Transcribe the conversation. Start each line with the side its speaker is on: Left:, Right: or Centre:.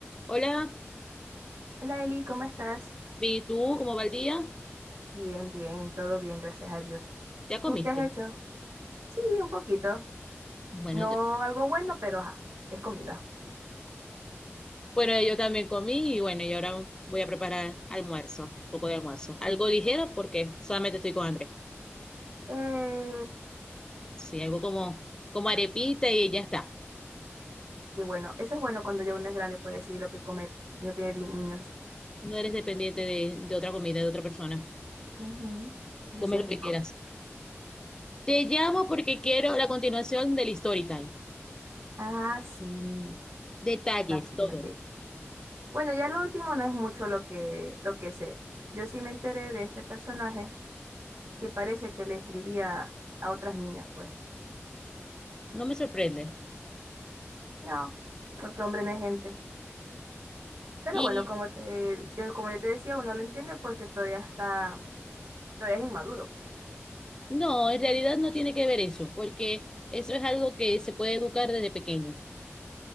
Left: Hola,
Right: Hola Eli, ¿cómo estás?
Left: ¿y tú cómo va el día?
Right: Bien, bien, todo bien, gracias a Dios.
Left: ¿Ya comiste?
Right: ¿Tú qué has hecho? Sí, un poquito.
Left: Bueno,
Right: No
Left: yo,
Right: algo bueno, pero ajá, es comida.
Left: bueno, yo también comí y bueno, y ahora voy a preparar almuerzo, un poco de almuerzo. Algo ligero porque solamente estoy con hambre.
Right: Eh,
Left: Sí, algo como, como arepita y ya está.
Right: y bueno, eso es bueno cuando ya uno es grande puede decidir lo que comer y no tiene di- niños.
Left: No eres dependiente de, de otra comida, de otra persona.
Right: Ujú, Eso
Left: Come
Right: sí es
Left: lo
Right: rico.
Left: que quieras. Te llamo porque quiero la continuación del story time.
Right: Ah, sí,
Left: Detalles,
Right: imagínate.
Left: todo.
Right: Bueno, ya lo último no es mucho lo que, lo que sé. Yo sí me enteré de este personaje que parece que le escribía a otras niñas, pues.
Left: No me sorprende.
Right: No, porque hombre no es gente. Pero
Left: Y
Right: bueno, como te, yo, como yo te decía, uno lo entiende porque todavía está, todavía es inmaduro, pues.
Left: no, en realidad no tiene que ver eso, porque eso es algo que se puede educar desde pequeño.